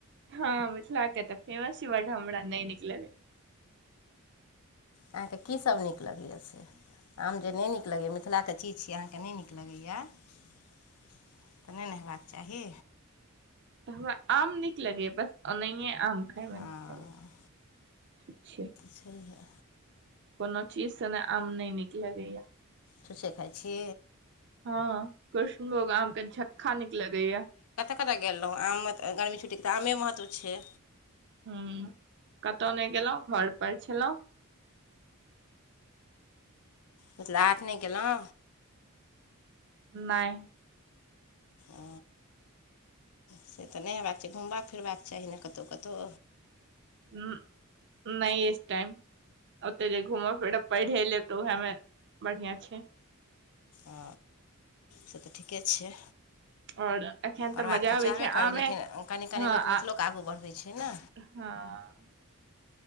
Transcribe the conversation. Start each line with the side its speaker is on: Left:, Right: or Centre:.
Right: हँ मिथिला कऽ तऽ फेमस छै बट हमरा नहि निकलगै
Left: अहाँके की सभ नीक लगै यै से आम जे नहि नीक लगै यै मिथिलाके चीज छ अहाँके नहि नीक लगै यै तऽ नहि ने हेबाक चाही
Right: तऽ हमरा आम नीक लगैया बस ओनाहिए आम खायमे
Left: हँ
Right: नीक लगै अच्छा
Left: छैहे
Right: कोनो चीजसँ ने आम नहि नीक लगैया
Left: छुछे खाइत छी
Right: हँ कृष्णभोग आम के झक्खा निक लगैया
Left: कतय गेल रहूँ आममे तऽ गर्मी छुट्टीके तऽ आमे महत्व छै
Right: ह कतो ने गेलौं घर पर छलौं
Left: मिथिला हाट नहि गेलौं
Right: नहि
Left: ओ से तऽ नहि हेबाक चाही घुमबाक फिरबाक चाही ने कतौ कतौ
Right: ह नहि इस टाइम ओते जे घूमब फिरब पैढ़े लेब तऽ उएहमे बढ़िआँ छै
Left: ओ से तऽ ठीके छै
Right: और एखन
Left: पढ़बाक
Right: मजा
Left: तऽ
Right: आबै
Left: चाहबे
Right: छै
Left: करी
Right: आमे
Left: लेकिन कनि कनि
Right: हँ
Left: लोक
Right: आ
Left: मिथिलोके आगू बढ़बै छै ने
Right: हँ